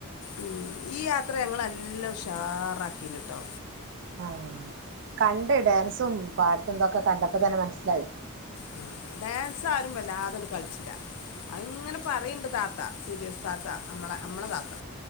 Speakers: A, on the left; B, on the right.
A: ഉം ഈ യാത്ര ഞങ്ങ നല്ല ഉഷാറാക്കിയിട്ടുണ്ട് ട്ടോ
B: ആ കണ്ട് ഡാൻസും പാട്ടും ഇതൊക്കെ കണ്ടപ്പോൾ തന്നെ മനസ്സിലായി
A: ഉം ഡാൻസ് ആരും അല്ലാതൊന്നും കളിച്ചില്ല അങ്ങനെ പറയുന്നുണ്ട്, താത്ത, സീരിയസ് താത്ത. നമ്മുടെ നമ്മുടെ താത്ത നമ്മളെ താത്ത.